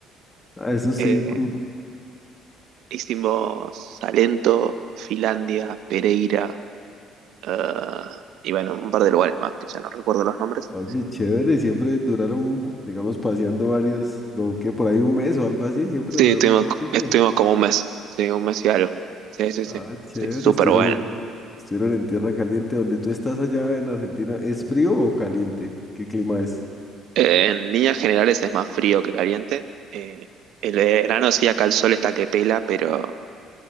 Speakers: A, on the left (about 20°); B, on the right (about 60°).
A: Ah, eso sí.
B: Eh,
A: <laughs> mm.
B: Hicimos Salento, Finlandia, Pereira, ah, y bueno, un par de lugares más que ya no recuerdo los nombres.
A: Oye, chévere, siempre duraron, digamos, paseando varios, como que por ahí un mes o algo así, siempre
B: Sí,
A: duraron
B: estuvimos,
A: un ratico.
B: estuvimos como un mes, sí, un mes y algo. Sí, sí,
A: Ah,
B: sí,
A: chévere,
B: sí, súper
A: estuvieron
B: bueno.
A: en, estuvieron en tierra caliente. ¿Donde tú estás allá en Argentina? ¿Es frío o caliente? ¿Qué clima es?
B: Eh, en líneas generales es más frío que caliente. Eh, el verano sí, acá el sol está que pela, pero